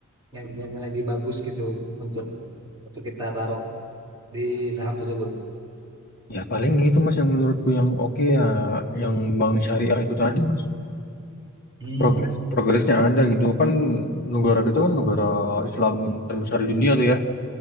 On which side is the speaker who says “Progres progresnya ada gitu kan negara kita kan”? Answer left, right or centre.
Left